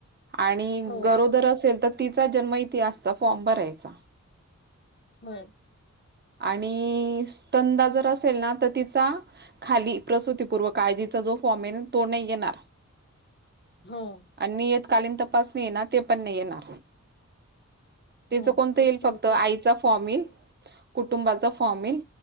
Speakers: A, on the right; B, on the left.
A: आणि
B: हो
A: गरोदर असेल तर तिचा जन्म इतिहासचा फॉर्म भरायचा.
B: हं.
A: आणि स्तंदा जर असेल ना, त तिचा खाली प्रसूती पुर्व काळजीचा जो फॉर्ममेन तो नाही घेणार.
B: ह.
A: नियतकालीन तपासणीयना, ती पण नाही येणार. तीच
B: हो
A: कोणतं येईल फक्त, आईचा
B: ते
A: फॉर्म येईल कुटुंबाचा फॉर्म येईल.